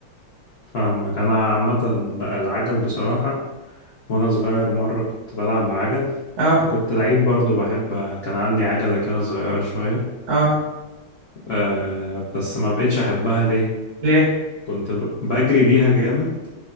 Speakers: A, on the left; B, on the right.
A: فاهمك انا عامه بقى العجل بصراحه وانا صغير مره كنت بلعب بعجل
B: اه
A: وكنت لعيب برضو بحب كان عندي عجله كده صغيره شويه
B: اه
A: أه بس ما بقتش احبها ليه
B: ليه
A: كنت ب- بجري بيها جامد